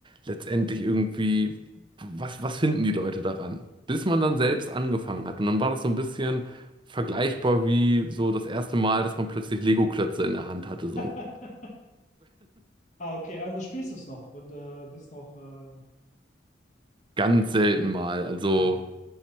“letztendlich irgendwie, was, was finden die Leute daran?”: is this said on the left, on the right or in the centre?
Right